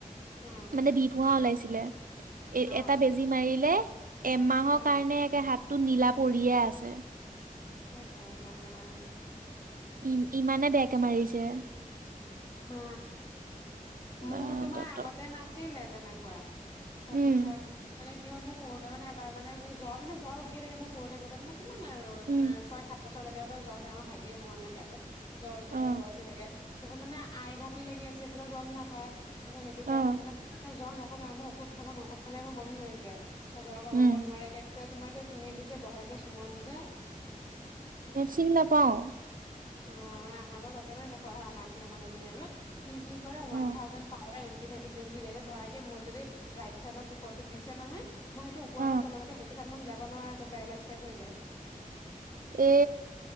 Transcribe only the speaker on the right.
মানে বিপোহা ওলাইছিলে এ
এটা বেজী মাৰিলে। এমাহৰ
কাৰণে একে হাতটো নীলা পৰিয়ে আছে।
ই ইমানে বেয়াকে মাৰিছে।
আহ
ডক্তৰ
উম
উম
অ
অ
উম
চি নাপাও।
অ
অ
এ